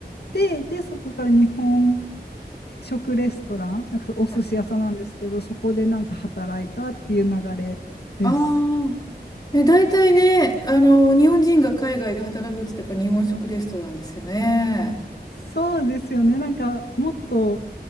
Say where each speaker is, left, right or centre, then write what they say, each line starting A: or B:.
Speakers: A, on the left; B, on the left.
A: て、で、そこから日本食レストラン、なんかお寿司屋さんなんですけど、
B: はい
A: そこでなんか働いたっていう流れです。
B: ああ。ね、大体ね、あの、日本人が海外で働くって言ったらやっぱ日本食レストランですよね。
A: そうですよね。なんかもっと